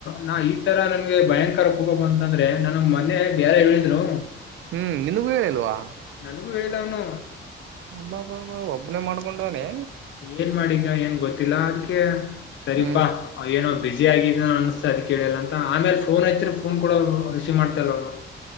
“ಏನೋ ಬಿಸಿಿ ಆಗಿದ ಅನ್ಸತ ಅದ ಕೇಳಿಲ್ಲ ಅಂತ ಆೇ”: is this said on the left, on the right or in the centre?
Left